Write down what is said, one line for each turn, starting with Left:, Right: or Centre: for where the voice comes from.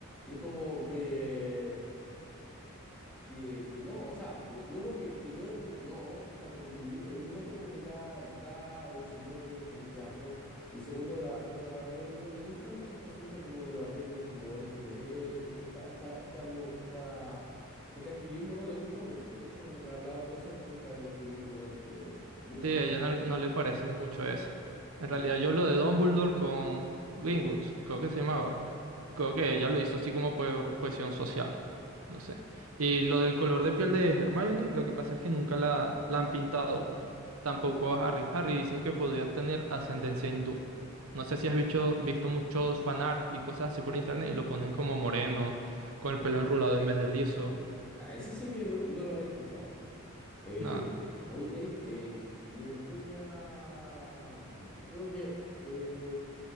Centre: Y es como que que, que no, o sea, pu- uno que, que no, no, no, o sea, como que nunca, en ningún momento como que da, da o insinúa que como que afro, y segundo, la JK Rowling no le gusta mucho este asunto como de los arreglos como L G LGTB, como esta, esta, esta, mo- esta, este activismo no le gusta mucho, de hecho como que ha hablado cosas en contra del activismo L G T B muchas
Right: Sí, a
Centre: veces.
Right: ella no, no le parece mucho eso. En realidad yo lo de Dumbledore con Greenwood, creo que se llamaba, creo que ella lo hizo así como por presión social, no sé. Y lo del color de piel de Hermione, lo que pasa es que nunca la, la han pintado, pues. Tampoco a Harry. Harry dicen que podría tener ascendencia hindú. No sé si has visto, visto muchos fanart y cosas así por internet y lo ponen como moreno, con el pelo enrulado en vez de liso.
Centre: Ah, Eso sí que no, no lo había escuchado. Eh,
Right: Nada.
Centre: oye, Eric, eh, me voy a... mm, Tengo que... eh,